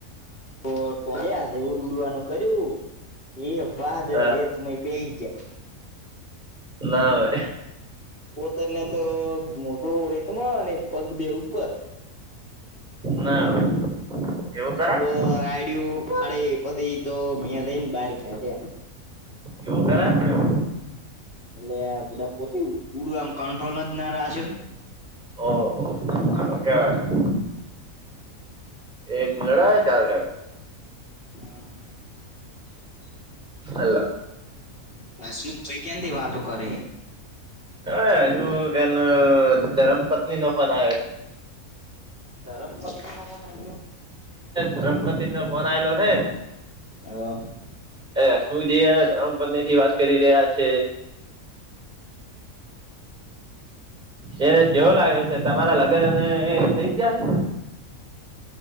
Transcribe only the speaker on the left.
તો ટો જ્યા દેવું દ ઉડવાનું કર્યું એ વાદ
હેતમય તયજાય
પોતર ને તો મોટો રેતમાં ને પગ બે ઉપર-
પ રાડિયું ફાડે પછી તો મં થઈને બાર કાડિયા
એટલે બધ પોતે ઉડું આમ કંટ્રોલ જ ના રહ છે.
હા.
બસું કઈ કેમથી વાતો કરે.
ધરમ પત્નીનો ફોન આવ્યો?
હ <inaudible>